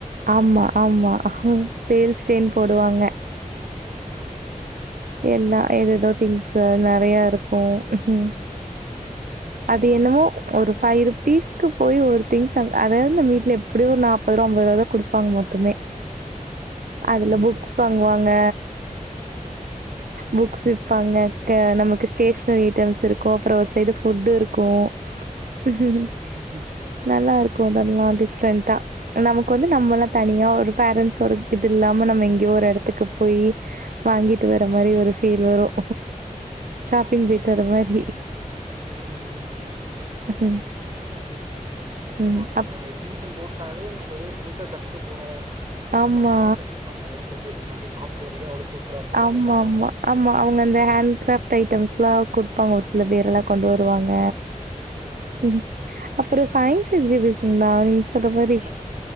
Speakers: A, on the right (about 85°); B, on the right (about 35°).
A: ஆமா ஆமா
B: ம் ம்
A: சேல்ஸ் டேன் போடுவாங்க
B: ம் ம்
A: என்னா ஏதேதோ திங்ஸு னா நெறையா இருக்கும் ம் அது என்னமோ ஒரு ஃபைவ் ருபீஸ்க்கு போய் ஒரு திங்ஸ் அதாவது இந்த வீட்ல எப்படியோ ஒரு நாப்பது ரூபா ஐம்பது ரூபா தான் கொடுப்பாங்க மொத்தமே அதுல புக் ப வாங்க புக்ஸ் இருப்பாங்க நமக்கு ஸ்டேஷ்னரி ஐட்டம்ஸ் இருக்கும் அப்புறம் ஒரு சை ஃபுட்டு இருக்கும் <unintelligible> நல்லா இருக்கும் அதெல்லாம் டிஃப்ரெண்டா நமக்கு வந்து நம்ம எல்லாம் தனியா ஒரு பரண்ட்ஸ்சோட இது இல்லாம நம்ம எங்கேயோ ஒரு இடத்துக்கு போய் வாங்கிட்டு வர மாதிரி ஒரு ஃபீல் வரும் ஷாப்பிங்கு போய்ட்டு வர மாதிரி
B: உம் உம் உ உ
A: ம்
B: அத அதான்
A: ம்
B: நம்ம அந்த
A: அப்
B: எக்ஸிபிஷன் போட்டு அதே நம்ம ஏதோ ஒரு புதுசா கத்துக்க போறோம்
A: ஆமா
B: பசங்க எல்லாம் செஞ்சிருப்பாங்க நிறைய செஞ்சு போய் பா்த்தட்டு வறது அவ்ளோ சூப்பரா இருக்கு
A: ஆமா
B: சொல்ல போனா
A: ஆமா ஆமா அவங்க அந்த ஹேண்ட் கிராப் ஐட்டம்ஸ் எல்லாம் கொடுப்பாங்க ஒரு சில பேர் எல்லாம் கொண்டு வருவாங்க
B: ம் ம்
A: செரி அப்புறம் சயின்ஸ் எக்ஸிபிஷன் தான் நீங்க சொல்ற மாதிரி